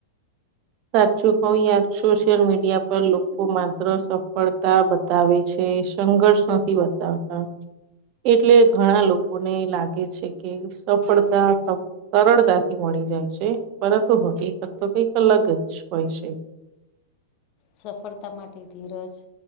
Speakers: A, on the right; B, on the left.
A: સાચું કવ યાર સોશિયલ મીડિયા પર લોકો માત્ર સફળતા બ તાવે છે સંઘર્ષ નથી બતાવતા. એટલે ઘણા લોકોને લાગે છે કે સફળતા સ સરળતાથી મળી જાય છે પરંતુ હકીકત તો કઈક અલગ જ હોય છે.
B: સફળતા માટે ધીરજ,